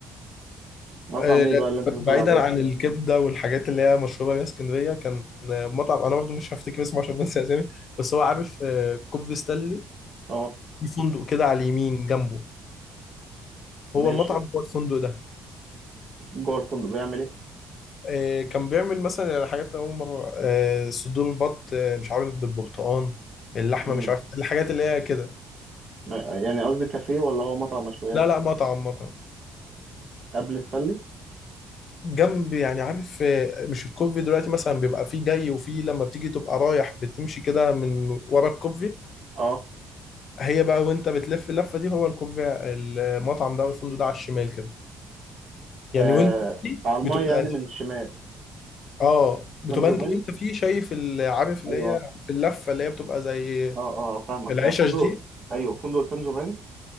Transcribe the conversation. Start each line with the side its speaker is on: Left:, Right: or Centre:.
Right: مطعم
Left: آه،
Right: إيه بقى اللي أنت
Left: بعيدا
Right: بتقول عليه؟
Left: عن الكبده والحاجات اللي هي مشهوره بيها اسكندريه كان آه، مطعم انا برضه مش هفتكر اسمه عشان بنسى اسامي بس هو عارف آه، كوبري ستانلي
Right: أه
Left: في فندق كده على اليمين جنبه
Right: ماشي
Left: هو المطعم هو الفندق ده
Right: جوه الفندق بيعمل إيه؟
Left: آه، كان بيعمل مثلا يعني حاجات أول مرة آه، صدور بط آه، مش عارف بالبرتقال اللحمة
Right: مم.
Left: مش عارف الحاجات اللي هي كده
Right: ما- يعني قصدي كافيه ولا هو مطعم مشويات؟
Left: لا لا مطعم مطعم
Right: قبل السلي؟
Left: جنب يعني عارف آه، مش الكوفي دلوقتي مثلا بيبقى فيه جاي وفيه لما بتيجي تبقى رايح بتمشي كده من ورا الكوفي
Right: أه
Left: هي بقى وانت بتلف اللفة دي هو الكوفي المطعم ده والفندق ده على الشمال كده يعني
Right: آه،
Left: وانت فيه
Right: على المايه
Left: بتبقى
Right: يعني من الشمال
Left: اه بتبقى
Right: سان جوفاني؟
Left: انت وانت فيه شايف ال- عارف اللي
Right: أيوه
Left: هي في اللفة اللي هي بتبقى زي
Right: أه أه آه، فاهمك
Left: العشش
Right: آه، فندق
Left: دي
Right: أيوه فندق سان جوفاني